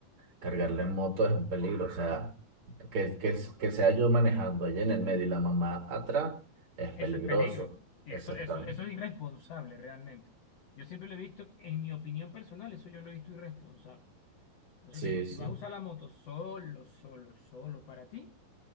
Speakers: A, on the right (about 40°); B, on the left (about 85°).
A: Cargarla en moto es un peligro, o sea, que, que, que sea yo manejando allá en el medio y la mamá atrás es peligroso.
B: Eso es peligro. Y
A: Exactamente.
B: eso, eso, eso es irresponsable realmente. Yo siempre lo he visto, en mi opinión personal, eso yo lo he visto irresponsable. Por eso
A: Sí,
B: te digo, si
A: sí.
B: vas a usar la moto solo, solo, solo para ti,